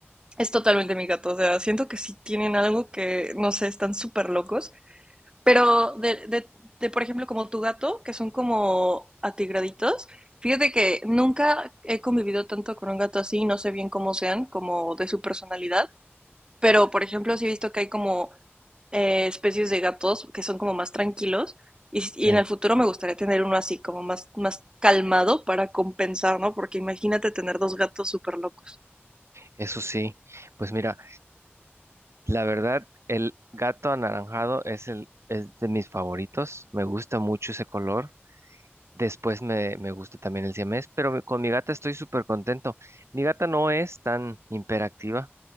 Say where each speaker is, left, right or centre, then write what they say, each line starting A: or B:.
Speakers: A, on the right; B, on the right.
A: Es totalmente mi gato, o sea, siento que sí tienen algo que, no sé, están súper locos, pero de, de, de, por ejemplo, como tu gato, que son como atigraditos, fíjate que nunca he convivido tanto con un gato así, no sé bien cómo sean, como de su personalidad, pero, por ejemplo, sí he visto que hay como eh, especies de gatos que son como más tranquilos, y,
B: sí,
A: y, en el futuro me gustaría tener uno así, como más, más calmado para compensar, ¿no? Porque imagínate tener dos gatos súper locos.
B: eso sí. Pues mira, la verdad, el gato anaranjado es el, es de mis favoritos. Me gusta mucho ese color. Después me, me gusta también el siamés, pero mi- con mi gata estoy súper contento. Mi gata no es tan hiperactiva.